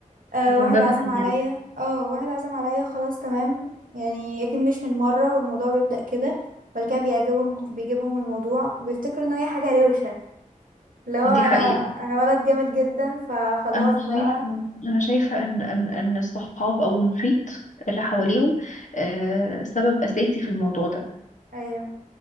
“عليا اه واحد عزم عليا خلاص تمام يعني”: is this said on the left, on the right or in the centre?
Right